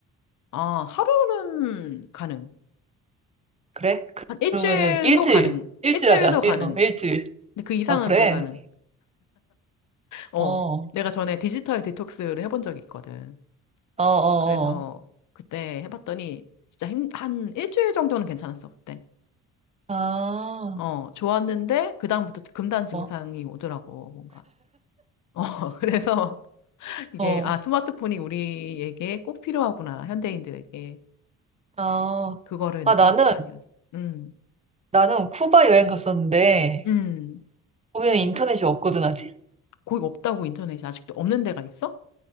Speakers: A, on the left; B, on the right.
A: 아 하루는 가능.
B: 그래? 그-
A: 한 일주일도
B: 그러면은 일주일,
A: 가능.
B: 일주일
A: 일주일도
B: 하자.
A: 가능.
B: 일, 어, 일주일.
A: 근데 그 이상은
B: 아, 그래?
A: 불가능. 어
B: 어,
A: 내가 전에 디지털 디톡스를 해본 적이 있거든.
B: 어, 어,
A: 그래서
B: 어.
A: 그때 해봤더니 진짜 힘, 한 일주일 정도는 괜찮았어 그때.
B: 아,
A: 어 좋았는데 그 다음부터 금단 증상이
B: 어,
A: 오더라고 뭔가. 어 <laughs> 그래서 이게
B: 어,
A: 아 스마트폰이 우리에게 꼭 필요하구나 현대인들에게.
B: 아.
A: 그거를
B: 아,
A: 느낀
B: 나는,
A: 시간이었어. 음,
B: 나는 쿠바 여행 갔었는데,
A: 음.
B: 거기는 인터넷이 없거든, 아직?
A: 거기 없다고 인터넷이 아직도 없는 데가 있어?